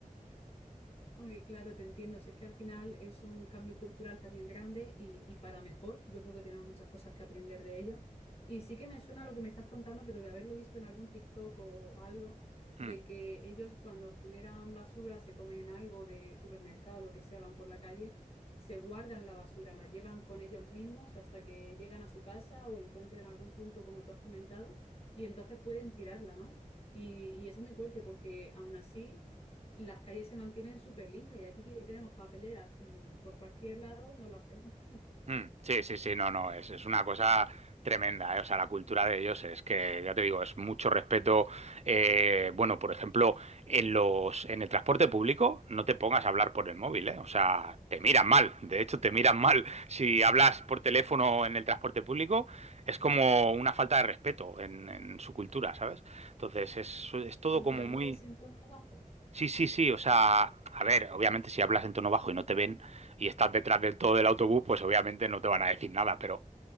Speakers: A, on the left; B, on the right.
A: Oye, claro, te entiendo. Si es que al final es un cambio cultural también grande y, y para mejor. Yo creo que tenemos muchas cosas que aprender de ello. Y sí que me suena lo que me estás contando, pero de haberlo visto en algún TikTok o algo,
B: Hmm.
A: de que ellos cuando generan basura, se comen algo de supermercado o lo que sea, van por la calle, se guardan la basura, la llevan con ellos mismos hasta que llegan a su casa o encuentren algún punto, como tú has comentado, y entonces pueden tirarla, ¿no? Y, y eso es muy fuerte porque aún así las calles se mantienen súper limpias y aquí que tenemos papeleras mm, por cualquier lado, no lo hacemos, <laughs>
B: Mm, Sí, sí, sí, no, no, es, es una cosa tremenda, ¿eh? O sea, la cultura de ellos es que, ya te digo, es mucho respeto. eh, bueno, por ejemplo, en los, en el transporte público no te pongas a hablar por el móvil, ¿eh? O sea, te miran mal, de hecho, te miran mal. <laughs> Si hablas por teléfono en el transporte público, es como una falta de respeto en, en su cultura, ¿sabes? Entonces, es, es todo
A: aunque
B: como
A: hables
B: muy...
A: en tono bajo.
B: Sí, sí, sí, o sea, a ver, obviamente si hablas en tono bajo y no te ven y estás detrás del todo del autobús, pues obviamente no te van a decir nada, pero